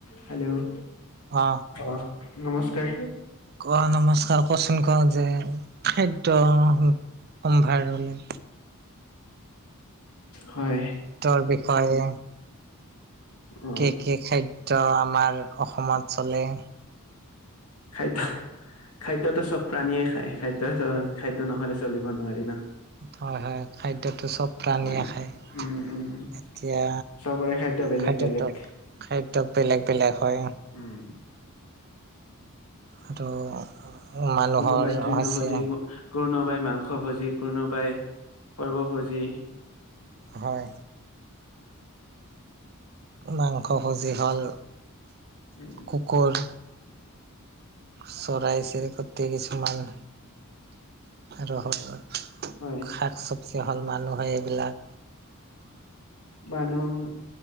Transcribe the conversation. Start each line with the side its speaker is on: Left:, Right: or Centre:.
Left: Hello,
Right: অ
Left: অহ। নমস্কাৰ।
Right: কোৱা নমস্কাৰ, কচোন ক যে, খাদ্য সম্ভাৰলে।
Left: হয়।
Right: তাৰ বিষয়ে।
Left: উম।
Right: কি কি খাদ্য আমাৰ অসমত চলে।
Left: খাদ্য। খাদ্যটো চব প্ৰাণীয়েই খায়, খাদ্যতো, খাদ্য নহ'লে চলিব নোৱাৰি ন।
Right: হয় হয়, খাদ্যতো চব প্ৰাণীয়ে
Left: উম।
Right: খায়
Left: উম উম।
Right: এতিয়া
Left: চবৰে খাদ্য বেলেগ
Right: খাদ্যটোক,
Left: বেলেগ
Right: খাদ্য বেলেগ বেলেগ হয়।
Left: উম।
Right: আৰু। মানুহৰ
Left: কোনবাই তৃৰ্ণভূজি।
Right: হৈছে
Left: কোনোবাই মাংসভোজি, কোনোবাই সৰ্বভোজি।
Right: হয়। মাংসভোজি হ'ল।
Left: উম।
Right: কুকুৰ। চৰাই চিৰিকতি কিছুমান আৰু। <unintelligible>
Left: হয়।
Right: শাক চবজি হ'ল মানুহেই এইবিলাক।
Left: মানুহ।